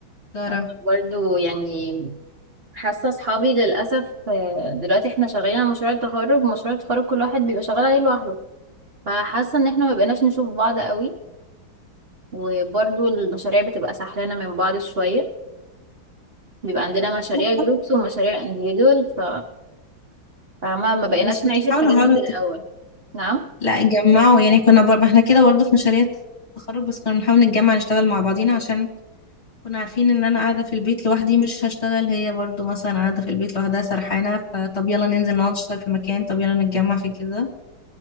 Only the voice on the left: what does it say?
إدارة
لا،
بحاول-
بس كنت
بحاول
أحاول
لا جمعوا يعني كنا بر... ما احنا كده برضه في مشاريع التخرج بس كنا بنحاول نتجمع نشتغل مع بعضينا عشان كنا عارفين ان انا قاعدة في البيت لوحدي مش هشتغل هي برضو مثلا قاعدة في البيت لوحدها سرحانة فطب يلا ننزل نقعد نشتغل في مكان طب يلا نتجمع في كده